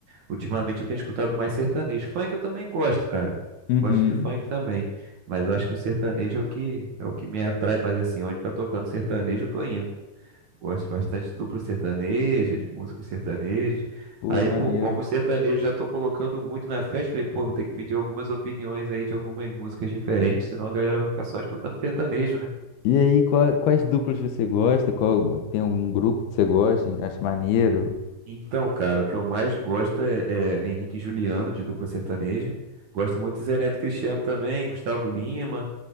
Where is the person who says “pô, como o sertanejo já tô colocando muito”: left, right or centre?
Right